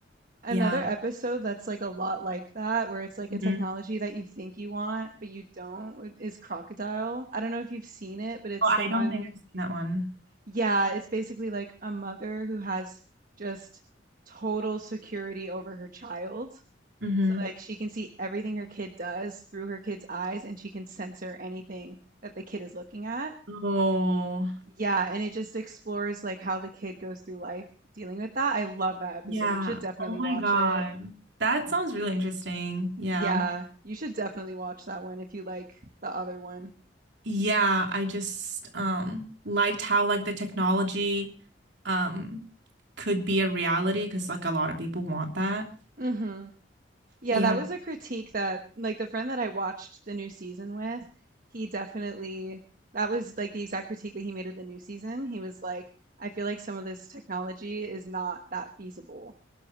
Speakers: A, on the right; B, on the right.
A: Another
B: Yeah.
A: episode that's like a lot like that, where it's like
B: Mhm.
A: a technology that you think you want, but you don't, would- is Crocodile. I don't know if you've seen it, but it's
B: Oh, I
A: the
B: don't
A: one.
B: think I've seen that one.
A: Yeah, it's basically like a mother who has just total security over her child.
B: hmm
A: So like she can see everything her kid does through her kid's eyes and she can censor anything that the kid is looking at.
B: Oh,
A: Yeah, and it just explores like how the kid goes through life dealing with that. I love that episode.
B: yeah.
A: You should definitely
B: Oh
A: watch
B: my God.
A: it.
B: That sounds really interesting. Yeah.
A: Yeah, you should definitely watch that one if you like the other one.
B: Yeah, I just um liked how like the technology um could be a reality because like a lot of people want that.
A: hmm Yeah,
B: Yeah.
A: that was a critique that, like, the friend that I watched the new season with, he definitely, that was like the exact critique that he made of the new season. He was like, I feel like some of this technology is not that feasible.